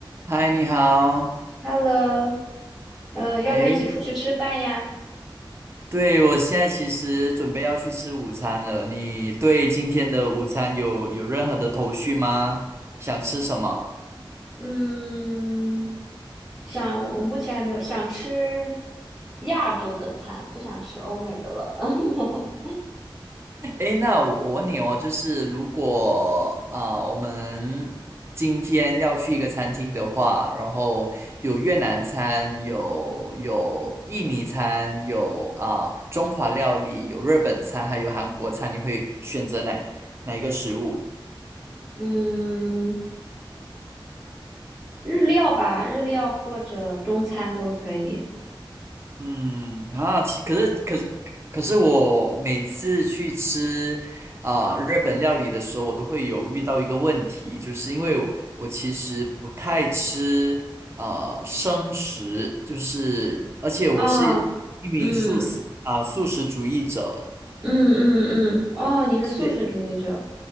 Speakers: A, on the right; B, in the centre.
A: 嗨，你好。
B: Hello，呃，要不要一起出去吃饭呀？
A: 诶，对，我现在其实准备要去吃午餐了。你对今天的午餐有有任何的头绪吗？想吃什么？
B: 嗯，想，我目前还没有想吃亚洲的餐，不想吃欧美的了。<laughs>
A: 诶，那我我问你哦，就是如果啊、我们今天要去一个餐厅的话，然后有越南餐，有有印尼餐，有啊、中华料理，有日本餐，还有韩国餐，你会选择哪哪一个食物？
B: 嗯，日料吧，日料或者中餐都可以。
A: 嗯啊，其可是可是可是我每次去吃啊、日本料理的时候，我都会有遇到一个问题，就是因为我，我其实不太吃啊生食，就是而且我是
B: 啊，
A: 一名素食啊、
B: 嗯
A: 素食主义者，
B: 嗯嗯嗯，哦，你是素食主义者，
A: 所以